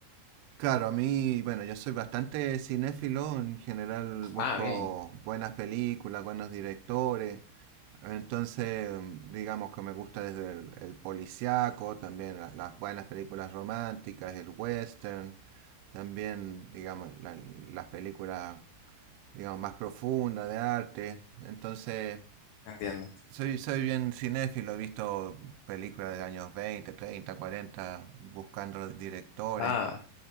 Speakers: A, on the right (about 80°); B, on the left (about 85°).
A: Claro, a mí, bueno, yo soy bastante cinéfilo, en general busco
B: Ah, bien,
A: buenas películas, buenos directores, entonces digamos que me gusta desde el, el policíaco, también la- las buenas películas románticas, el western, también digamos la- las películas digamos más profundas de arte, entonces...
B: entiendo.
A: Soy, soy bien cinéfilo, he visto películas de años 20 30 40 buscando los directores.
B: Ah,